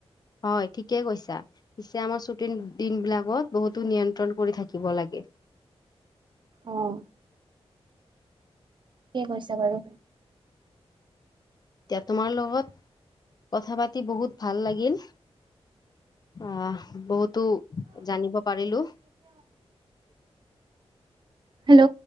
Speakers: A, on the left (about 40°); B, on the right (about 45°).
A: হয়, ঠিকেই কৈছা পিছে আমাৰ ছুটিৰ দিন বিলাকত বহুতো নিয়ন্ত্ৰণ কৰি থাকিব লাগে। <inaudible>
B: অহ। ঠিক আছে বাৰু
A: এতিয়া তোমাৰ লগত কথা পাতি বহুত ভাল লাগিল। আহ বহুতো জানিব পাৰিলো। <inaudible>
B: হেল্ল'